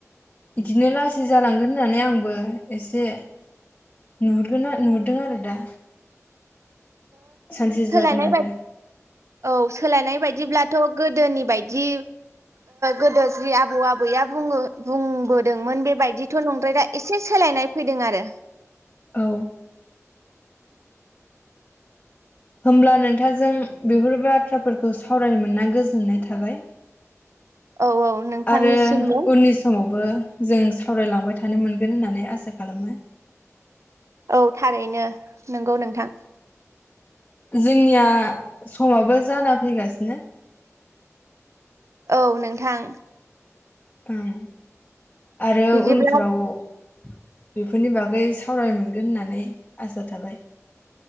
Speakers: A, on the left; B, on the right.
A: बिदिनो लासै जालांगोन होननानै आंबो एसे नुहरो। दों आरो दा। सानसे
B: सोलायनाय
A: जागोन आरो
B: बायदि औ सोलायनाय बायदिब्लाथ'। गोदोनि बायदि गोदो जि आबौ आबैया बुंङो बुंबोदोंमोन बेबायदिथ' नंद्रायला दा एसे सोलायनाय फैदों आरो
A: औ। होमब्ला नोंथांजों बेफोर बाथ्राफोरखौ सावरायनो मोना गोजोननाय थाबाय।
B: औ औ नोंथांनिसिमबो
A: आरो उननि समावबो जों सावरायलांबाय थानो मोनगोन होननानै आसा खालामो।
B: औ थारैनो नोंगौ नों। थां।
A: जोंनिया समाबो जाना फैगासिनो।
B: औ नोंथां।
A: औ। आरो
B: बिदिब्ला
A: उनफ्राव। बेफोरनि बागै सावराय मोनगोन होननानै आसा थाबाय।